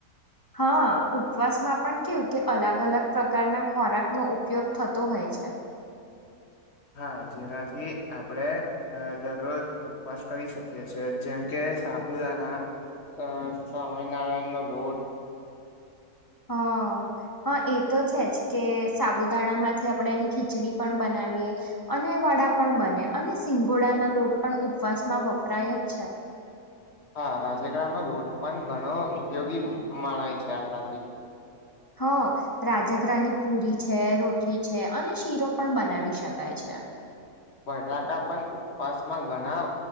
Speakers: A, on the left (about 25°); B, on the left (about 45°).
A: હા ઉપવાસ માં પણ કેવું કે અલગ અલગ પ્રકારના ખોરાકનોો ઉપયોગ થતો હોય છે
B: હા જેનાથી આપડે દરરોજ ઉપવાસ કરી શકીએ છેએ જેમ કે સાપુદાના સ્વામિનારાયણ નો લોટ
A: હ હા એ તો છે જ કે સાબુદાણા માંથી આપણેે એની ખીચડી પણ બનાવી વી અને વડા પણ બને અને સિઘોડા ના લોટ પણ ઉપવાસ માં વપરાય જ છે
B: <inaudible> હા રાજગડા નો લોટ પણ ઘણો ઉપયોગી મણાય છે આપણાથી
A: હ રાજઘરાની પુરી છે રોટલી છે અને શીરો પણ બનાવી શકાય છે <inaudible>
B: બટાટા પણ ઉપવાસમાં ઘણા